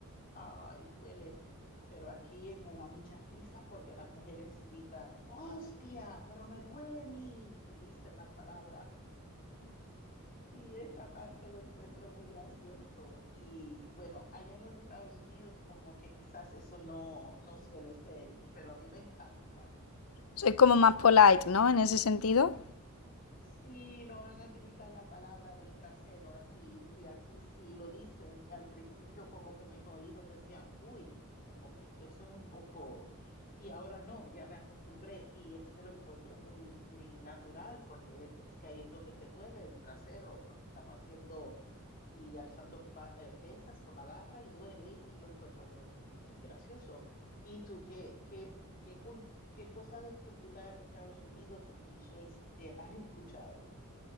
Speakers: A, on the left; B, on the left.
A: ay, duele. Pero aquí me da muchas risas porque las mujeres gritan, hostia, pero me duele mi, y dicen la palabra. Y esta parte lo encuentro muy gracioso. Y bueno, allá en los Estados Unidos como que quizás eso no, no suele ser, pero a mí me encanta.
B: Sois como más polite, ¿no? En ese sentido.
A: Sí, no van a gritar la palabra del trasero así, y aquí sí lo dicen, y al principio como que mis oídos decían, uy, como que eso es un poco, y ahora no, ya me acostumbré, y es que lo encuentro muy, muy natural, porque es que ahí es donde te duele el trasero, porque estamos haciendo y alzando pa- eh, pesas con la barra y duele, y lo encuentro muy, muy gracioso. ¿Y tú qué, qué, qué, cul- qué cosas de cultura Estados Unidos o clichés eh, has escuchado?